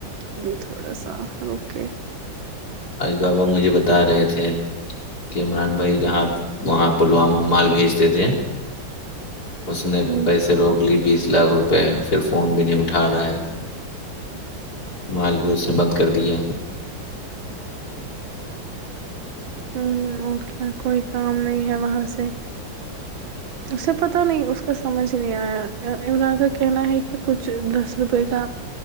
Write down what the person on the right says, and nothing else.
ابھی تھوڑا سا روکے
ہوں
ہ اور کیا کوئی کام نہیں ہے وہاں سے اسے پتاہ نہیں اس کا سمجھ نہیں آیا عمران کا کہنا ہے کہ کچھ نس روپے کا